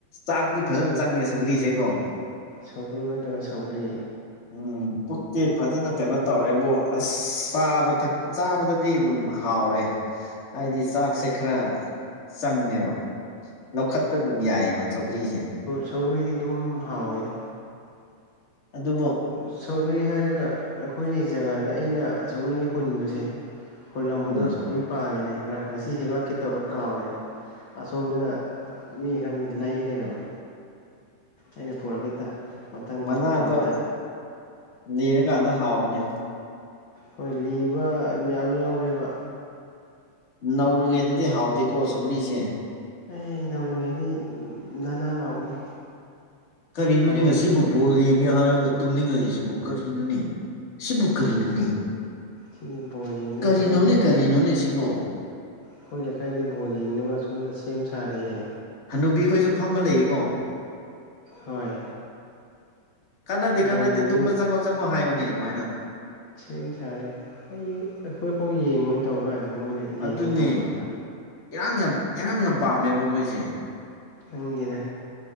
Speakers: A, on the left (about 30°); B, on the left (about 55°).
A: ꯆꯥꯛꯇꯤ ꯐꯖꯅ
B: ꯁꯧ
A: ꯆꯪꯉꯦ ꯁꯧꯒ꯭ꯔꯤꯁꯦꯀꯣ
B: ꯁꯧꯒ꯭ꯔꯨ ꯅꯠꯇꯕ ꯁꯧꯒꯔꯤ
A: ꯎꯝ ꯄꯨꯛꯇꯤ ꯐꯖꯅ ꯀꯩꯅꯣ ꯇꯧꯔꯦꯕꯨ ꯑꯁ ꯆꯥꯕ ꯊꯛ ꯆꯥꯕꯗꯗꯤ ꯑꯗꯨꯝ ꯍꯥꯎꯔꯦ ꯍꯥꯏꯗꯤ ꯆꯥꯛꯁꯦ ꯈꯔ ꯆꯪꯉꯦꯕ ꯂꯧꯈꯠꯄ ꯑꯗꯨꯝ ꯌꯥꯏꯑꯦꯕ ꯁꯧꯒ꯭ꯔꯤꯁꯦ
B: ꯁꯧꯒꯔꯤꯗꯤ ꯑꯗꯨꯝ ꯍꯥꯎꯋꯦꯗ
A: ꯑꯗꯨꯕꯨ
B: ꯁꯧꯒꯔꯤ ꯍꯥꯏꯔꯒ ꯑꯩꯈꯣꯏꯒꯤ ꯖꯒꯥꯗ ꯑꯩꯅ ꯁꯧꯒꯔꯤ ꯍꯨꯟꯕꯁꯦ ꯍꯨꯜꯂꯝꯕꯗꯣ
A: ꯎꯝ
B: ꯁꯧꯒ꯭ꯔꯤ ꯄꯥꯜꯂꯦꯅꯦ ꯈꯔ ꯉꯁꯤ ꯍꯦꯛꯂꯛꯀꯦ ꯇꯧꯔ ꯀꯥꯎꯔꯦꯅꯦ ꯑꯁꯣꯝꯗꯅ ꯃꯤ ꯈꯔ ꯂꯩ ꯂꯩꯔꯝꯃꯤ ꯑꯩꯅ ꯄꯨꯔꯛꯈꯤꯗ ꯃꯊꯪꯗ
A: ꯃꯅꯥꯗꯣ
B: ꯄꯨꯔꯛ ꯇꯥꯔꯦ
A: ꯂꯤꯔꯀꯥꯟꯗ ꯍꯥꯎꯕꯅꯦ
B: ꯍꯣꯏ ꯂꯤꯕ ꯃꯌꯥꯝ ꯌꯥꯎꯔꯦꯕ
A: ꯅꯧꯔꯤꯉꯩꯗꯗꯤ ꯍꯥꯎꯇꯦꯀꯣ ꯁꯧꯒ꯭ꯔꯤꯁꯦ
B: ꯑꯩ ꯅꯧꯔꯤꯉꯩꯗꯤ ꯅꯥꯟ ꯅꯥꯟ ꯂꯥꯎꯕꯅꯤ
A: ꯀꯔꯤꯅꯣꯅꯤ
B: ꯍꯥꯎꯇꯕꯅꯤ
A: ꯉꯁꯤꯕꯨ ꯕꯣꯜ ꯌꯦꯡꯒꯦ ꯍꯥꯏꯔꯒ ꯇꯨꯝꯅꯤꯡꯉꯛꯏꯁꯤꯕꯨ ꯀꯔꯤꯅꯣꯅꯦ ꯁꯤꯕꯨ ꯀꯔꯤꯅꯣꯅꯦ
B: ꯑꯦ ꯁꯤꯗꯤ ꯕꯣꯜ ꯌꯦꯡꯗꯣꯏꯅꯤ
A: ꯀꯔꯤꯅꯣꯅꯦ
B: ꯑꯩꯈꯣꯏ ꯑꯩꯈꯣꯏ
A: ꯀꯔꯤꯅꯣꯅꯦ ꯁꯤꯕꯨ
B: ꯑꯩꯈꯣꯏ ꯂꯩꯀꯥꯏꯗꯤ ꯕꯣꯜ ꯌꯦꯡꯅꯕ ꯑꯁꯣꯝꯗ ꯁꯦꯝ ꯁꯥꯔꯦꯍꯦ
A: ꯍꯟꯅꯨꯕꯤꯈꯣꯏꯁꯨ ꯐꯝꯃ ꯂꯩꯌꯦꯀꯣ
B: ꯍꯣꯏ
A: ꯀꯥꯟꯅꯗꯦ
B: ꯕꯣꯜ
A: ꯀꯟꯅꯗꯦ
B: ꯌꯦꯡꯉꯤ
A: ꯇꯨꯝꯕ ꯆꯪꯉꯣ ꯆꯪꯉꯣ ꯍꯥꯏꯌꯣꯅꯦ ꯑꯗꯨꯃꯥꯏꯅ
B: ꯁꯦꯝ ꯁꯥ ꯂꯩꯔꯦ ꯑꯩ ꯑꯩꯈꯣꯏꯐꯥꯎ ꯌꯦꯡꯉꯣꯏ ꯇꯧ ꯀꯥꯟꯁꯤꯗ ꯃꯣꯏꯅ ꯌꯦꯡꯉꯦꯅ
A: ꯑꯗꯨꯅꯦ
B: ꯇꯧꯈꯠꯂꯛꯄ
A: ꯏꯔꯥꯡ ꯌꯥꯝ ꯏꯔꯥꯡ ꯌꯥꯝ ꯄꯥꯝꯃꯦꯕ ꯃꯣꯏꯁꯦ
B: ꯈꯪꯗꯦꯗ